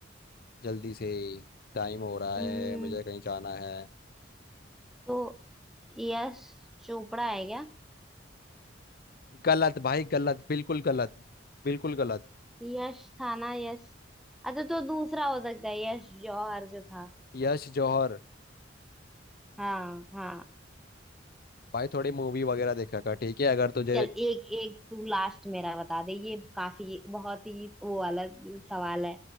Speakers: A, on the left (about 55°); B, in the centre.
A: जल्दी से टाइम हो रहा
B: हम्म,
A: है मुझे कहीं जाना है
B: तो यश चोपड़ा है क्या
A: गलत भाई गलत बिल्कुल गलत बिल्कुल गलत
B: यश था ना यश अच्छा तो दूसरा हो सकता है यश जौहर जो था
A: यश जौहर
B: हाँ हाँ
A: भाई थोड़ी मूवी वगैरह देखा कर ठीक है अगर तुझे
B: चल एक एक तू लास्ट मेरा बता दे ये काफी बहुत ही वो वाला सवाल है